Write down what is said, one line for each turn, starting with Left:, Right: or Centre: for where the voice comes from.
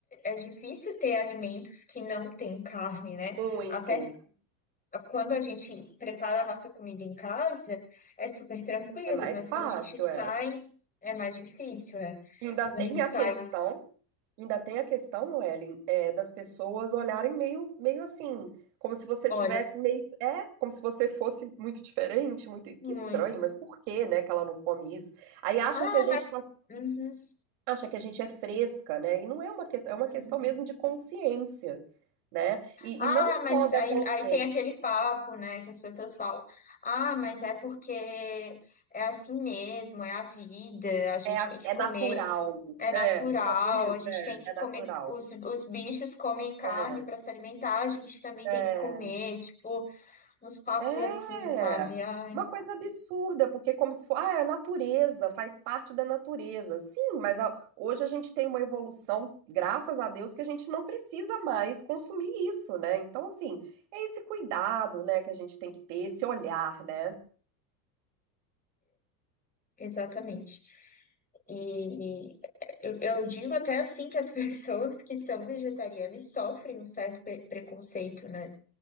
Left: é difícil ter alimentos que não têm carne, né?
Right: Muito.
Left: Até quando a gente prepara a nossa comida em casa, é super tranquilo,
Right: É mais
Left: mas
Right: fácil,
Left: quando a gente sai,
Right: é.
Left: é mais difícil, é.
Right: Ainda
Left: Quando
Right: tem
Left: a gente sai,
Right: a questão Ainda tem a questão, Ellen, é, das pessoas olharem meio, meio assim, como se você
Left: olha,
Right: tivesse meio, é, como se você fosse muito diferente, muito, que
Left: muito.
Right: estranho, mas por que, né, que ela não come isso? Aí acham
Left: Ah,
Right: que a gente
Left: mas.
Right: faz-
Left: Uhum,
Right: acha que a gente é fresca, né? E não é uma questão, é uma
Left: uhum.
Right: questão mesmo de consciência, né? E,
Left: Ah,
Right: e não só
Left: mas
Right: da
Left: aí,
Right: consciência,
Left: aí tem aquele papo, né, que as pessoas falam. Ah, mas é porque é assim mesmo, é a vida, a gente
Right: é, a-
Left: tem que
Right: é
Left: comer,
Right: natural.
Left: é
Right: É,
Left: natural,
Right: você já viu isso?
Left: a gente
Right: É,
Left: tem que
Right: é natural.
Left: comer, os, os bichos comem carne
Right: É,
Left: para se alimentar, a gente também
Right: é.
Left: tem que comer, tipo, uns papos
Right: É
Left: assim, sabe? Ai,
Right: uma coisa absurda, porque é como se fosse, ah, é a natureza, faz parte da natureza. Sim, mas a- hoje a gente tem uma evolução, graças a Deus, que a gente não precisa mais consumir isso, né? Então, assim, é esse cuidado, né, que a gente tem que ter, esse olhar, né?
Left: Exatamente. E eu, eu digo até assim que as <laughs> pessoas que são vegetarianas sofrem um certo pe- preconceito, né,